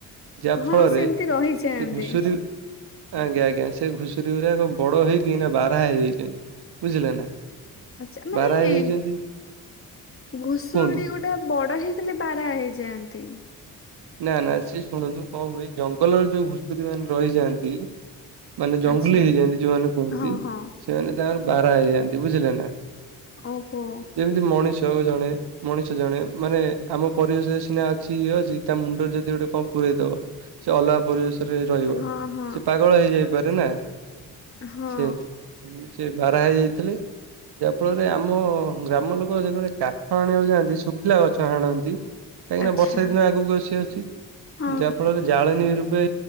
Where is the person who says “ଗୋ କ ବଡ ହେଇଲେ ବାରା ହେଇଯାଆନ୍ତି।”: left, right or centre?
Left